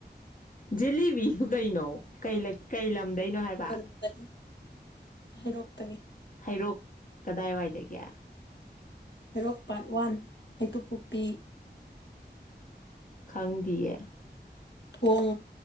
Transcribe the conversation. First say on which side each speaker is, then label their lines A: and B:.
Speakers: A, on the left (about 50°); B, on the left (about 80°).
A: ꯖꯦꯂꯤꯕꯤ ꯑꯕꯨ ꯀꯩꯅꯣ ꯀꯩ ꯀꯩ ꯂꯝꯗꯩꯅꯣ ꯍꯥꯏꯕ
B: ꯀꯩꯅꯣꯗꯒꯤ ꯍꯩꯔꯣꯛꯇꯒꯤ
A: ꯍꯩꯔꯣꯛ ꯀꯗꯥꯏꯋꯥꯏꯗꯒꯤ
B: ꯍꯩꯔꯣꯛ ꯄꯥꯔꯠ ꯋꯥꯟ ꯍꯩꯇꯨꯞ ꯄꯣꯛꯄꯤ
A: ꯈꯪꯗꯤꯌꯦ
B: ꯊꯣꯡ